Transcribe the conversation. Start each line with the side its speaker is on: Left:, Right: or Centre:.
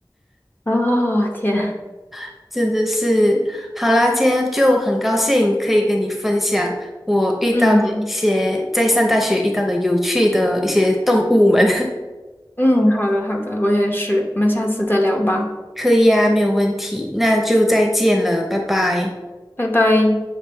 Left: 哦，天，
Centre: <laughs> 真的是。好啦，今天就很高兴可以跟你分享我遇到的一些在上大学遇到的有趣的一些动物们。
Left: 嗯嗯，好的好的，我也是，我们下次再聊吧，
Centre: <laughs> 可以啊，没有问题，那就再见了，拜拜。
Left: 拜拜。